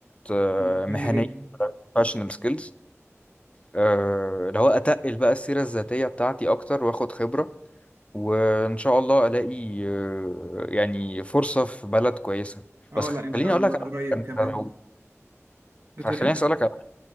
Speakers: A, on the left; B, on the right.
A: آه،
B: مم.
A: مهنيه
B: مهمة جدا
A: professional skills آه، لو اتقل بقى السيرة الذاتية بتاعتي اكتر واخد خبرة وان شاء الله الاقي آه، يعني فرصة في بلد كويسة
B: اه
A: بس
B: لا ان
A: خليني
B: شاء
A: اقول
B: الله
A: لك على
B: قريب
A: حاجة،
B: كمان
A: انت لو
B: بتقول
A: خليني
B: ايه
A: اسالك على- حاجة،